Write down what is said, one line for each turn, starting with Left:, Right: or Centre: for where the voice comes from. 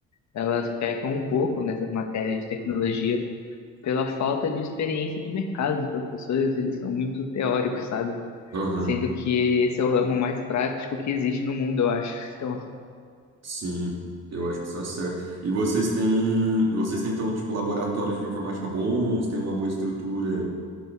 Left: elas pecam um pouco nessas matérias de tecnologia pela falta de experiência de mercado dos professores, eles são muito teóricos, sabe?
Right: Aham.
Left: Sendo que esse é o ramo mais prático que existe no mundo, eu acho. <laughs>
Right: Sim, eu acho que isso é certo. E vocês têm, vocês têm então, tipo, laboratórios de informática bons, têm uma boa estrutura,